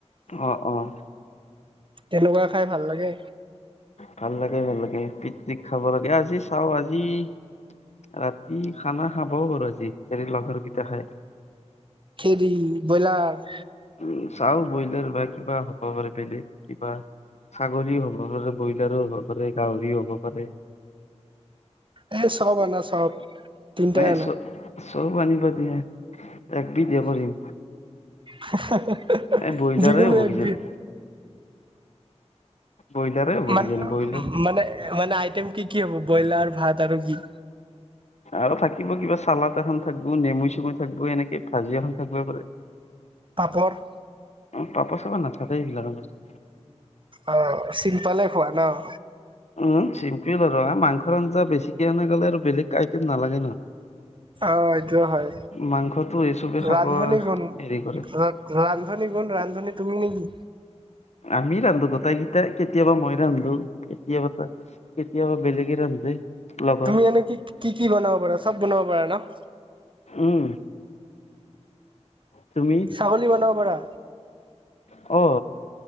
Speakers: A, on the left; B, on the right.
A: অঁ, অঁ।
B: তেনেকুৱা খাই ভাল লাগে।
A: ভাল লাগে, ভাল লাগে পিকনিক খাব লাগে। আজি চাওঁ আজি- ৰাতি খানা খাবও পাৰোঁ আজি যদি লগৰকিটা খাই।
B: কি দি? ব্ৰয়লাৰ?
A: উম, চাওঁ ব্ৰয়লাৰ বা কিবা হ'ব পাৰে বেলেগ কিবা! ছাগলীও হ'ব পাৰে, ব্ৰয়লাৰো হ'ব পাৰে, গাহৰিও হ'ব পাৰে।
B: এই চব আনা চব। তিনটাই
A: নাই চ- চব আনিবা দিয়ে, একবিধ হে কৰিম।
B: হা- হা- হা!
A: এই ব্ৰইলাৰে
B: যিকোনো
A: হ'ব
B: একবিধ?
A: কিজানি ব্ৰইলাৰে হ'ব
B: মা-
A: কিজানি ব্ৰইলাৰ
B: মানে- মানে আইটেম কি কি হ'ব ব্ৰয়লাৰ, ভাত আৰু কি?
A: আৰু থাকিব কিবা চালাদ এখন থাকিব, নেমু-চেমু থাকিব, এনেকে ভাজি এখন থাকিব পাৰে। <inaudible>
B: পাপৰ?
A: অঁ, পাপৰ-চাপাৰ নাথাকে এইবিলাক আমাৰ।
B: অঁ, চিম্পলে খোৱা ন'?
A: উম, চিম্পুল আৰু এ মাংসৰ আঞ্জা বেছিকে আনা গ'লে আৰু বেলেগ আইটেম নালাগে ন'।
B: অঁ, এইটো হয়।
A: মাংসটো এই চবে খাব
B: ৰান্ধনী কোন
A: হেৰি কৰে
B: ঘৰত? ৰান্ধনী কোন, ৰান্ধনী তুমি নেকি?
A: আমি ৰান্ধো গোটেইকেইটা, কেতিয়াবা মই ৰান্ধো। কেতিয়াবা, কেতিয়াবা বেলেগে ৰান্ধে। লগৰ
B: তুমি এনে কি- কি- কি বনাব পাৰা? চব বনাব পাৰা ন'?
A: উম, তুমি?
B: ছাগলী বনাব পাৰা?
A: অ।